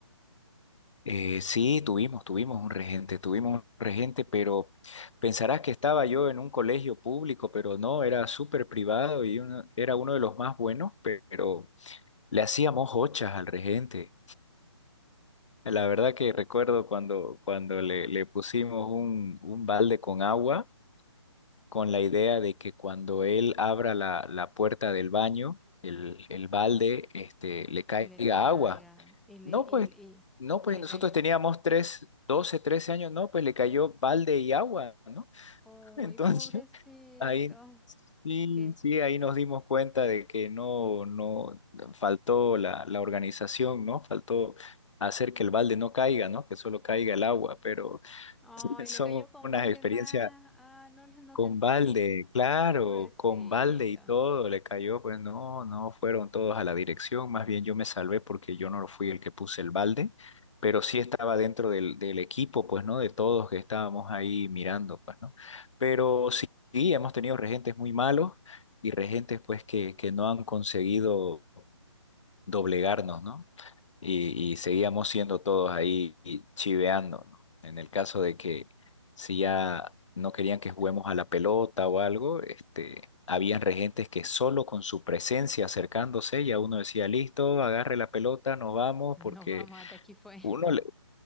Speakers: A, on the left; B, in the centre.
A: Eh, sí, tuvimos, tuvimos un regente, tuvimos un regente, pero pensarás que estaba yo en un colegio público, pero no, era súper privado y uno- era uno de los más buenos, pe- pero le hacíamos hochas al regente. La verdad que recuerdo cuando, cuando le, le pusimos un, un balde con agua. con la idea de que cuando él abra la, la puerta del baño, el, el balde, este, le caiga
B: le caiga
A: agua.
B: y le,
A: No,
B: y,
A: pues,
B: y,
A: no, pues
B: y le
A: nosotros
B: cayó.
A: teníamos tres, 12 13 años, no, pues le cayó balde y agua, ¿no?
B: Ay,
A: <laughs> Entonces,
B: pobrecito.
A: ahí sí,
B: ¿Qué?
A: sí, ahí nos dimos cuenta de que no, no, faltó la, la organización, ¿no? Faltó hacer que el balde no caiga, ¿no? Que solo caiga el agua, pero
B: Ay,
A: <laughs> son
B: le cayó con
A: unas
B: balde
A: experiencias
B: más. Ah, no, <laughs> lo- no
A: con
B: te entendí.
A: balde,
B: <laughs>
A: claro,
B: Pobrecito.
A: con balde y todo le cayó, pues no, no fueron todos a la dirección, más bien yo me salvé porque yo no fui el que puse el balde, pero sí estaba dentro del, del equipo, pues no, de todos que estábamos ahí mirando, pues no. Pero sí, sí, hemos tenido regentes muy malos y regentes pues que, que no han conseguido doblegarnos, ¿no? y, y seguíamos siendo todos ahí chiveando, ¿no? En el caso de que si ya no querían que juguemos a la pelota o algo, este, habían regentes que solo con su presencia acercándose, ya uno decía, listo, agarre la pelota, nos vamos,
B: Nos
A: porque
B: vamos, hasta aquí fue. <laughs>
A: uno le,